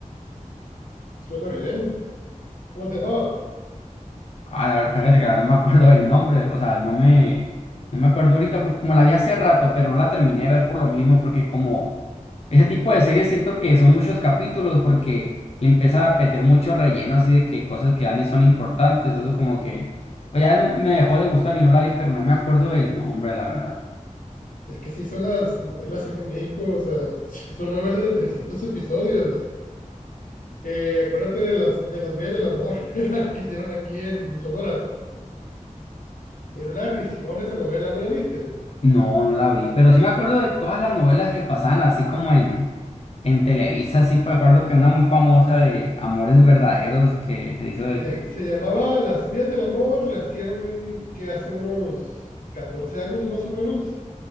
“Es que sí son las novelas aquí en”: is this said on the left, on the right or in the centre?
Left